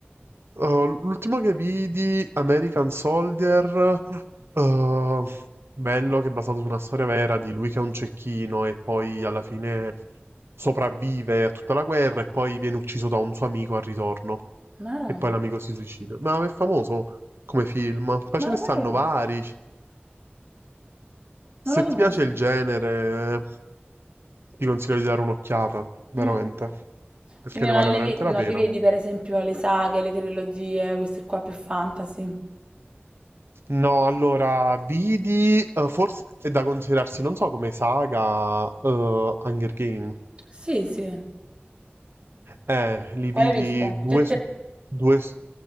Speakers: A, on the right; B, on the right.
A: Oh, l'ultimo che vidi, American Soldier, eh, bello che è basato su una storia vera di lui che è un cecchino e poi alla fine sopravvive a tutta la guerra e poi viene ucciso da un suo amico al ritorno
B: Maro,
A: e poi l'amico si suicida. Ma è famoso come film, poi
B: ma
A: ce
B: lo
A: ne stanno
B: sai?
A: vari. Se
B: Non lo conosco.
A: ti piace il genere, ti consiglio di dare un'occhiata, veramente,
B: Mm.
A: perché
B: Quindi
A: ne
B: non
A: vale
B: li
A: veramente
B: vedi,
A: la
B: non
A: pena.
B: li vedi, per esempio, le saghe, le trilogie, questi qua più fantasy.
A: No, allora, vidi, eh, forse è da considerarsi, non so come saga, eh, Hunger Game.
B: Sì, sì.
A: Eh, li
B: Quale
A: vidi
B: hai visto?
A: due
B: Te- te-
A: su due. su-